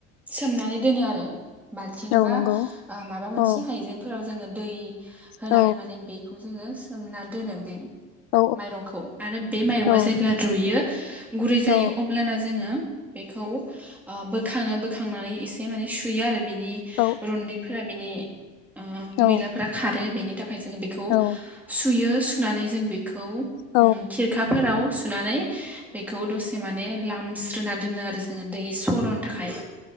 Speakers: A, in the centre; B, on the left (about 70°).
A: सोमनानै दोनो आरो बाल्थिं
B: औ
A: बा
B: नंगौ
A: ओ माबा
B: औ
A: मोनसे आयजें फोराव जोङो दै होनानै
B: औ
A: माने बेखौ जोङो सोमना दोनो बे
B: औ
A: माइरंखौ आरो बे माइरंआ
B: औ
A: जेब्ला रुइयो गुरै जायो
B: औ
A: अब्ला ब्लाना जोङो बेखौ ओ बोखाङो बोखांनानै एसे माने सुयो आरो बिनि
B: औ
A: रुन्दैफोरा बिनि ओ
B: औ
A: मैलाफोरा खारो बेनि थाखाय जोङो बेखौ
B: औ
A: सुयो सुनानै जों बेखौ
B: औ
A: उम खिरखाफोराव सुनानै बेखौ दसे माने लामस्रोना दोनो आरो जोङो दै सर'नो थाखाय